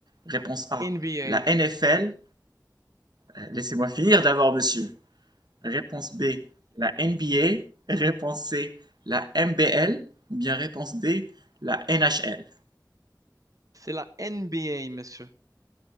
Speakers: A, on the right; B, on the right.
A: Réponse A,
B: NBA,
A: la NFL. Euh, Laissez-moi finir d'abord, monsieur. Réponse B, la NBA. Réponse C, la MBL. Ou bien réponse D, la NHL.
B: c'est la NBA monsieur.